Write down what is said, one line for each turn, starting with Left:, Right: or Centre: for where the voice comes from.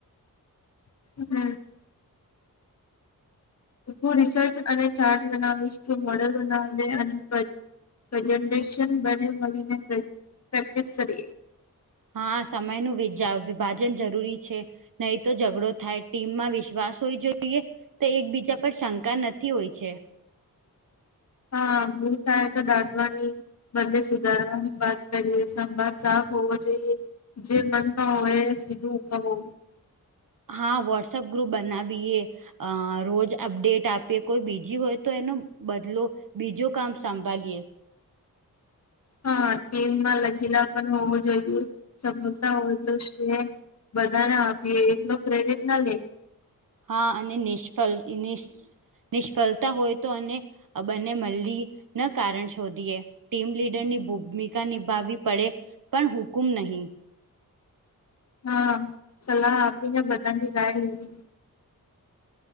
Left: <unintelligible> હૂ રિસર્ચ અને ચાર્ટ બનાવીશ, તુ મોડલ બનાવી અને પ્રેઝન્ટેશન બને મલીને પ્રે પ્રેક્ટિસ કરીએ.
Right: હા સમયનું વીજાવ વિભાજન જરૂરી છે. નહીં તો ઝઘડો થાય ટીમમાં વિશ્વાસ હોવી જોઈએ. તે એકબીજા પર શંકા નથી હોય છે.
Left: હા ભૂલ થાય તો દાટવાનીજ. બને સુધારવાની વાત કરીએ સંવાદ સાફ હોવો જોઈએ. જે મનમાં હોય એ સીધું કવુ.
Right: હા વોટ્સઅપ ગ્રુપ બનાવીએ. અ રોજ અપડેટ આપીએ, કોઈ બીજી હોય તો એનો બદલો. બીજો કામ સાંભાળીએ.
Left: હા ટીમમાં લચીલા પણ હોવું જોઈએ, સળતા હોય તો છે. બધાને આપીએ એટલો ક્રેડિટ નાલે.
Right: હા અને નિષ્ફળ નિષ નિષ્ફળતા હોય તો અને આ બંને મલ્લી ના કારણ શોધીએ ટીમ લીડરની ભૂમિકા નિભાવવી પડે પણ હુકુમ નહીં
Left: હા સલાહ આપી ને બધાની રાય લેવી